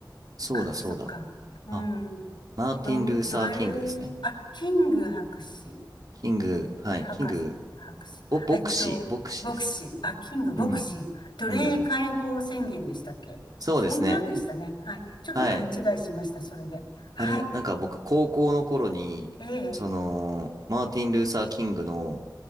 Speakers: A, on the right (about 55°); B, on the left (about 80°).
A: そうだそうだ。
B: あ、そっか。うん。
A: あ、マーティン・
B: ど、
A: ルーサー・
B: どれ、
A: キングですね。
B: あ、キング博士。
A: キング、はい、
B: 博士、
A: キング、
B: 博士。
A: ぼ、牧師、
B: えっと、
A: 牧師ですね。
B: 牧師。あ、キング牧師。
A: うん、
B: 奴隷解放宣言でしたっけそんなんでしたね。
A: キング牧師。そうですね。
B: はい。ちょっと勘違いしました、
A: はい。
B: それで。はい。
A: あれ、なんか僕、高校の頃に、
B: ええ、
A: その、マーティン・ルーサー・キングの、